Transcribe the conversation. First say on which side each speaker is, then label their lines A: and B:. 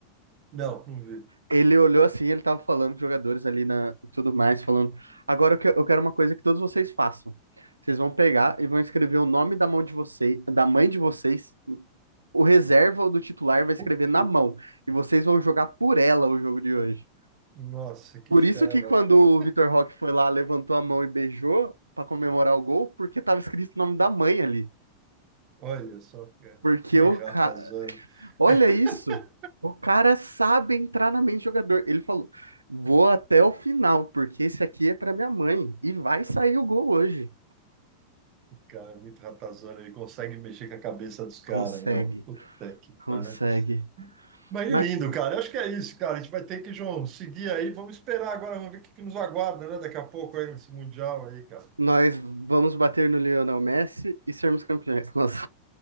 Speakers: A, on the right; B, on the right.
A: Não, não vi,
B: Ele
A: não vi.
B: olhou assim, ele tava falando com os jogadores ali na e tudo mais, falando. Agora eu que- eu quero uma coisa que todos vocês façam. Vocês vão pegar e vão escrever o nome da mão de vocês, da mãe de vocês, o reserva ou do titular vai escrever
A: Puta,
B: na mão. E vocês vão jogar por ela o jogo de hoje.
A: Nossa, que
B: Por
A: fela,
B: isso que quando
A: meu.
B: o Vitor Roque foi lá, levantou a mão e beijou pra comemorar o gol, porque tava escrito o nome da mãe ali.
A: Olha só, cara,
B: Porque
A: que
B: o,
A: ratazana.
B: ca- Olha
A: <laughs>
B: isso! O cara sabe entrar na mente do jogador. Ele falou: vou até o final, porque esse aqui é para minha mãe. E vai sair o gol hoje.
A: Cara, é muito ratazana, ele consegue mexer com a cabeça dos caras,
B: Consegue,
A: meu. Puta que
B: consegue.
A: pariu. Mas
B: Mas
A: é lindo, cara. Eu Acho que é isso, cara. A gente vai ter que, João, seguir aí. Vamos esperar agora, vamos ver o que que nos aguarda, né? Daqui a pouco aí nesse Mundial aí, cara.
B: nós vamos bater no Lionel Messi e sermos campeões. Nossa,